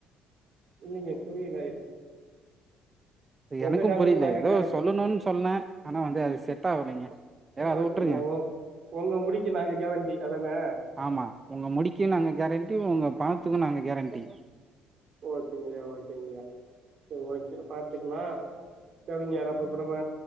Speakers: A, on the right; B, on the right.
A: இல்லைங்க புரியல உங்க
B: எனக்கும்
A: காசுக்கு
B: புரில
A: நாங்க
B: எதோ
A: கேரண்டி
B: சொல்லணுன் சொன்ன ஆனா வந்து அது செட்டாவலய்ங்க ஏக அத
A: ஓகேங்க
B: உட்ருங்க
A: உங்க உங்க முடிக்கு நாங்க கேரண்டி அதானே
B: ஆமா ஒங்க முடிக்கி நாங்க கேரண்டி ஒங்க பணத்துக்கு நாங்க கேரண்டி
A: ஓகேங்கய்யா ஓகேங்கய்யா ஓக்கே பாத்துக்குலா சரிங்கயா நா ப இப்ப நம்ம